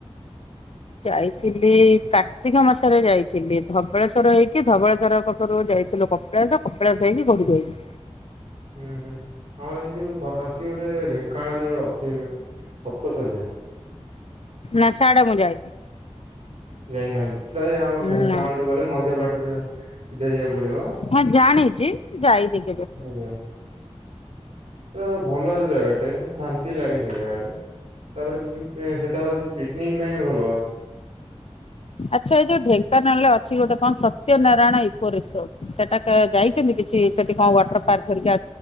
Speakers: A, on the left; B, on the right.
A: ଯାଇଥିଲି କାର୍ତ୍ତିକ ମାସରେ ଯାଇଥିଲି ଧବଳେଶ୍ଵର ହେଇକି ଧବଳେଶ୍ଵର ପାଖରୁ ଯାଇ ଯାଇଥିଲି କପିଳାସ କପିଳାସ ହେଇକି ଘରୁକୁ ଆଇଲିି।
B: ହୁଁ ହୁଁ ଆମର ଏ ଯୋଉ ଅଛି ଗୋଟେ ଢେଙ୍କାନାଳରେ ଯୋଉଟ ଅଛି ଶପ୍ତଶଯ୍ୟା।
A: ନା ସାଡେ ମୁ ଯାାଇନି।
B: ଯାଇନାହାନ୍ତି। ସେଟା ଆମର ଢେଙ୍କାନାଳୁଠୁଁ
A: ନା
B: ଗଲେ ମଇଷା ବାଟରୁ ସିଧା ଯିବାକୁ ପଡିବ।
A: ହଁ ଜାଣିଛି ଯାଇନି କେବେ।
B: ଆଜ୍ଞା ଗୋଟେ ଭଲ ଜାଗାଟେ। ଶାନ୍ତି ଲାଗେ ସେ ଜାଗାଟା ତାପରେ ସେଟା ହଉଛି ପିକନିକ ପାଇଁ ଭଲ।
A: ଆଚ୍ଛା ଏ ଯୋଉ ଢେଙ୍କାନାଳରେ ଅଛି ଗୋଟେ କଣ ସତ୍ୟନାରାୟଣ ଇକୋ ରିସୋର୍ଟ ସେଟା ଯାଇଛନ୍ତି କିଛି ସେଠି କଣ ୱାଟର ପାର୍କ ଘରିକା